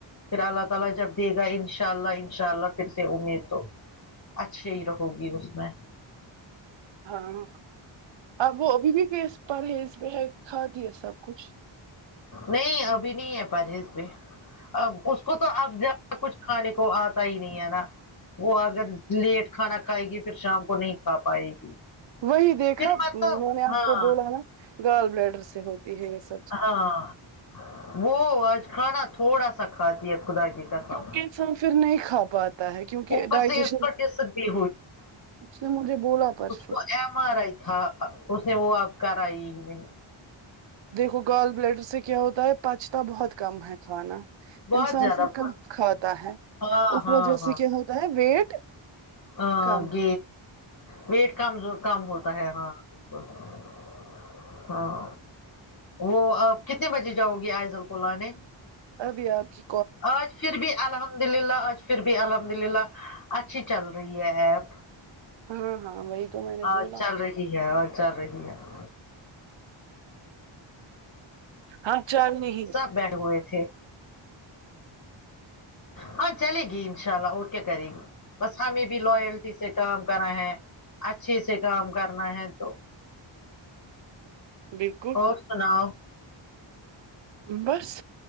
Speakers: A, on the left; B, on the right.
A: پھر اللہ تعالی جب دے گا ان شاء اللہ ان شاء اللہ پھر سے امید تو اچھی ہی رہو گی اس میں
B: ہاں ا وہ ابھی بھیس پر ہیز میں ہے کھادی ہے سب کچھ
A: نہیں ابھی نہیں ہے پرہیز پ ا اس کو تو اب کچھ کھانے کو آتا ہی نہیں ہے نا وہ اگر لیٹ کھانا کھائے گی پھر شام کو نہیں کھا پائے گی
B: وہی دیکھا
A: پھر مطلب
B: میں نے آپ
A: ہاں
B: کو بولا نا گال بلیڈر سے ہوتی ہےس
A: ہاں وہ آج کھانا تھوڑا سا کھاتی ہے خدا کی قسم
B: کیونکہ انسان پھر نہیں کھا پاتا ہے کیونکہ
A: اوپر
B: ڈائجیشن
A: سے اس کو ڈسک بھی
B: اس نے مجھے بولا پرس
A: وہ ایم آر آئی تھا اس نے وہ اب کرائی ہی نہیں
B: دیکھو گال بلیٹر سے کیا ہوتا ہے پچتا بہت کم ہے کھانا
A: بہت
B: انسان
A: زیادہ
B: سے
A: بہت
B: کم کھاتا ہے
A: ہاں
B: اس
A: ہاں
B: وجہ
A: ہاں
B: سے کیا ہوتا ہے ویٹ <inaudible>
A: ہاں
B: کم
A: گ ویٹ کمز کم ہوتا ہے ہاں بالکل <inaudible> ہاں وہ آپ کتنے بجے جاؤ گی آئزل کو لانے
B: ابھی ابھی
A: آج پھر بھی الحمد للہ آج پھر بھی الحمد للہ اچھی چل رہی ہے ایپ
B: ہاں ہاں وہی تو میں نے
A: ہاں
B: کھیلا
A: چل ہے اور چا رہی ہے <inaudible>
B: ہاں چار بھی نہیں <inaudible>
A: سب بیٹھے ہوئے تھے <inaudible> ہاں چلے گی انشاء اللہ اور کیا کرے گی بس ہمیں بھی لوائلٹی سے کام کرنا ہے اچھے سے کام کرنا ہے تو
B: بالکل
A: اور سناؤ
B: بس